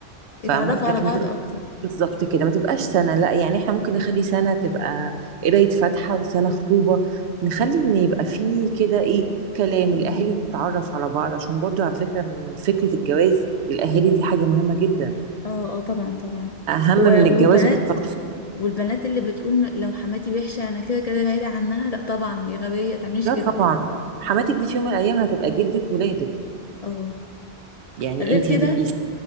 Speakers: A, on the right; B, on the left.
A: فاهمة
B: يتعرفوا
A: لكن
B: على بعض
A: ما تبقى
B: اكتر
A: بالظبط كده ما تبقاش سنة لا يعني احنا ممكن نخلي سنة تبقى قراية فاتحة وسنة خطوبة نخلي ان يبقى فيه كده ايه كلام الاهالي
B: امم
A: تتعرف على بعض عشان برضو على فكرة من فكرة الجواز الاهالي دي حاجة مهمة جدا
B: اه اه طبعا طبعا
A: اهم
B: و-
A: من
B: والبنات
A: الجواز والشخص
B: والبنات اللي بتقول م- لو حماتي وحشه انا كده كده بعيده عنها لا طبعا يا غبيه تعمليش
A: لا
B: كده
A: طبعا حماتك دي في يوم من الايام هتبقى جدة ولادك
B: اه
A: يعني
B: غير
A: انت
B: كده
A: هتبقي